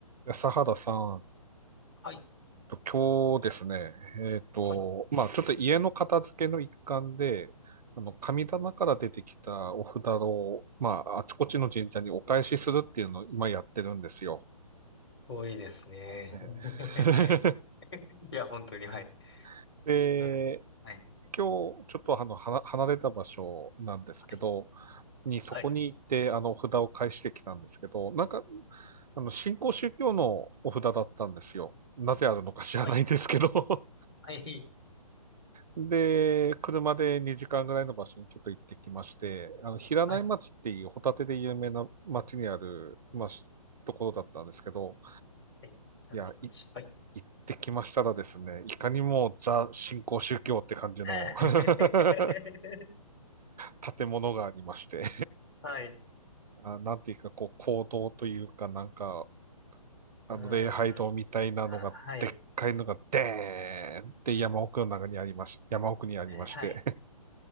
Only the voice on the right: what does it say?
安原さん
と、今日ですね、えっと、
まあちょっと家の片付けの一環で、あの、神棚から出てきたお札を、まああちこちの神社にお返しするっていうのを今やってるんですよ。
えー
<laughs> で、
今日ちょっとあの、はな離れた場所なんですけど、
にそこに行ってあの、
お札を返してきたんですけど、なんか、あの、新興宗教のお札だったんですよ。なぜあるのか知らないですけど
で、車で2時間ぐらいの場所にちょっと行ってきまして、あの、平内町っていうホタテで有名な町にある、
まあ、しところだったんですけど、
いや、い、
行ってきましたらですね、いかにもザ新興宗教って感じの
<laughs> 建物がありまして
あ、なんていうか、こう、講堂というか、なんか、あの、
礼拝堂みたいなのが、
でっかいのが、でーんって山奥の中にありまし、山奥にありまして